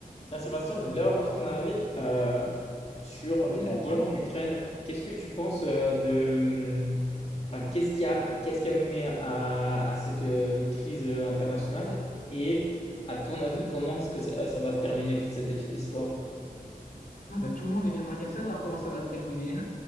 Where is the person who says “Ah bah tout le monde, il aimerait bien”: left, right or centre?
Left